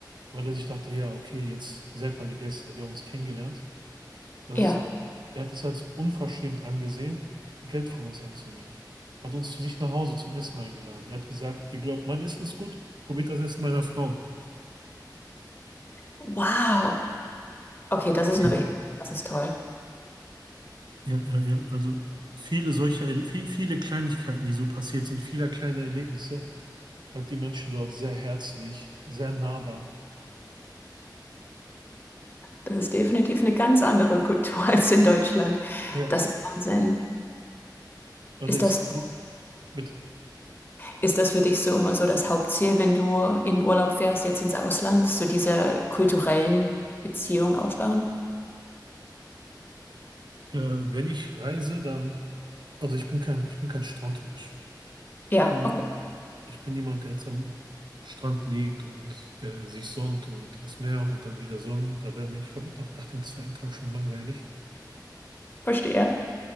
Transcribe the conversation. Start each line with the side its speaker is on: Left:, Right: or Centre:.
Right: weil er sich dachte, ja, okay, jetzt, ihr seid meine Gäste, wir haben uns kennengelernt. Das
Left: Ja.
Right: ist, er hat es als unverschämt angesehen, Geld von uns anzunehmen. Hat uns zu sich nach Hause zum Essen eingeladen. Er hat gesagt, ihr glaubt, mein Essen ist gut, probiert das Essen meiner Frau.
Left: Wow. Okay, das ist
Right: Ja.
Left: eine, ri- das ist toll.
Right: Ja, ja, ja. Also viele solcher, Erle- viel, viele Kleinigkeiten, die so passiert sind, viele kleine Erlebnisse, hat die Menschen dort sehr herzlich, sehr nahbar.
Left: Das ist definitiv eine ganz andere Kultur <laughs> als in Deutschland.
Right: Ja.
Left: Das ist Wahnsinn.
Right: Und
Left: Ist
Right: jetzt,
Left: das,
Right: ni- bitte.
Left: ist das für dich so immer so das Hauptziel, wenn du in den Urlaub fährst, jetzt ins Ausland, so diese kulturellen Beziehungen aufbauen?
Right: Äh, wenn ich reise, dann, also ich bin kein, ich bin kein Strandmensch.
Left: Ja,
Right: Ich bin nie,
Left: okay,
Right: ich bin niemand, der jetzt am Strand liegt und äh, sich sonnt und ins Meer und dann wieder sonnt. Da wäre mir, ich glaube, nach, nach dem zweiten Tag schon langweilig.
Left: verstehe.